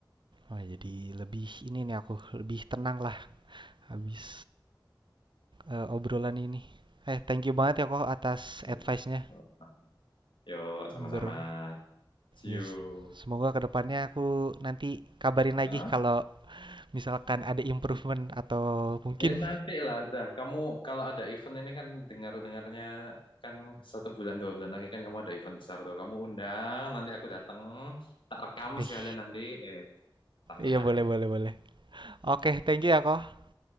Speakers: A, on the right; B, on the left.
A: Wah, jadi lebih ini nih aku lebih tenang lah habis eh, obrolan ini. Eh, thank you banget ya kok atas
B: Hmm.
A: advice-nya.
B: Oh, Nah, yuk sama-sama.
A: Ber
B: See you.
A: yes. Semoga kedepannya aku nanti kabarin
B: Hah?
A: lagi kalau misalkan ada improvement atau mungkin
B: Ya nanti lah, dah. Kamu kalau ada event ini kan dengar-dengarnya kan satu bulan dua bulan lagi kan kamu ada event besar tuh. Kamu undang, nanti aku datang, tak rekam
A: eh
B: sekalian nanti, eh tak nilai.
A: iya boleh boleh boleh. Oke, thank you ya kok.